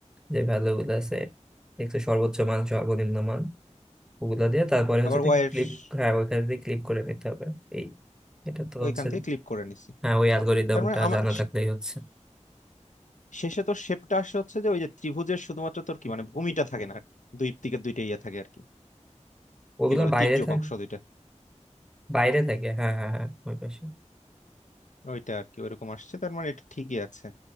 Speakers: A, in the centre; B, on the left.
A: যে ভ্যালু গুলো আছে দেখছো সর্বোচ্চ মান সর্বনিম্ন মান ওগুলো দিয়ে তারপরে হচ্ছে
B: আবার ওয়াই এর
A: ক্লিপ
B: স-
A: হ্যাঁ ওইখান দিয়ে ক্লিপ করে নিতে হবে এই এটা তো
B: ওইখান
A: হচ্ছে
B: থেকে ক্লিক করে নিছি
A: হ্যাঁ ওই অ্যালগোরিদমটা
B: তার মানে আমার
A: জানা থাকলেই হচ্ছে
B: শেষে তো শেপটা আসে হচ্ছে যে ওই যে ত্রিভুজের শুধুমাত্র তোর কি মানে ভূমিটা থাকে না আর কি দুই দিকে দুইটা ইয়ে থাকে আর কি
A: ওগুলো
B: কি বলে
A: বাইরে
B: তির্যক
A: থাক
B: অংশ দুইটা
A: বাইরে থাকে হ্যাঁ হ্যাঁ হ্যাঁ ওই পাশে
B: ওইটা আর কি ওইরকম আসছে তার মানে এটা ঠিকই আছে